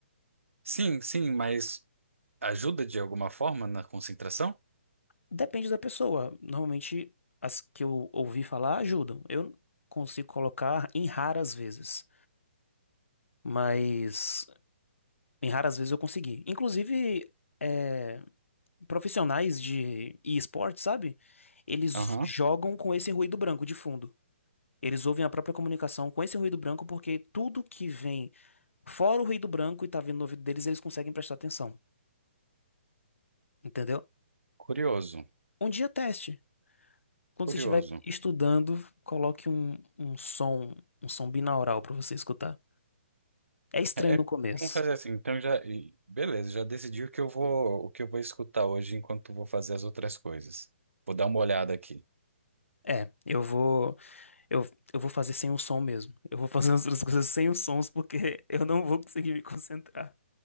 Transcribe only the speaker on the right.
Sim, sim, mas ajuda de alguma forma na concentração?
Aham,
Curioso,
curioso.
É,
é-
vamos fazer assim, então já, e- beleza, já decidi o que eu vou, o que eu vou escutar hoje enquanto vou fazer as outras coisas. Vou dar uma olhada aqui.